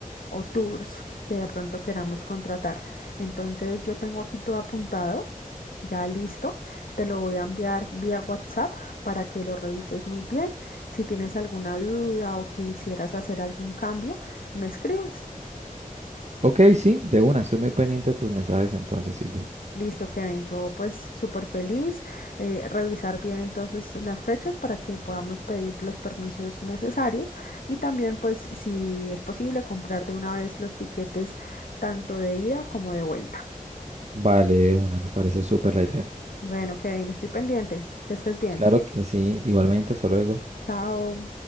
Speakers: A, on the left; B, on the right.
A: o tours que de pronto queramos contratar. Entonces yo tengo aquí todo apuntado, ya listo. Te lo voy a enviar vía WhatsApp para que lo revises muy bien. Si tienes alguna duda o quisieras hacer algún cambio, me escribes.
B: Ok, sí, de una, estoy muy pendiente de tus mensajes entonces, Silvia.
A: Listo, Kevin. Yo pues súper feliz. eh, revisar bien entonces las fechas para que podamos pedir los permisos necesarios y también pues si es posible comprar de una vez los tiquetes tanto de ida como de vuelta.
B: Vale, de una, me parece súper la idea.
A: Bueno, Kevin, estoy pendiente. Que estés bien.
B: Claro que sí, igualmente, hasta luego.
A: Chao.